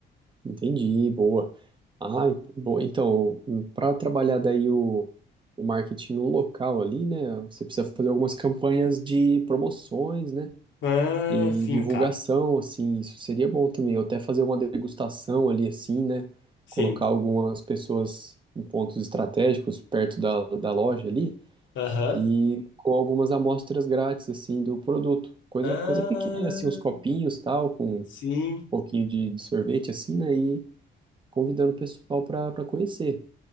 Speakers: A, on the right; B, on the left.
A: entendi, boa. Ah, en- boa. Então, para trabalhar daí o, o marketing no local ali, né? Você precisa fazer algumas campanhas de promoções, né?
B: Ah,
A: E
B: sim,
A: divulgação,
B: cara.
A: assim, isso seria bom também. Ou até fazer uma degustação ali, assim, né?
B: Sim.
A: Colocar algumas pessoas em pontos estratégicos perto da, da loja ali
B: Aham.
A: e com algumas amostras grátis, assim, do produto. Coisa,
B: Ah,
A: coisa pequena, assim, uns copinhos, tal, com
B: sim.
A: pouquinho de, de sorvete assim, né? E convidando o pessoal para para conhecer.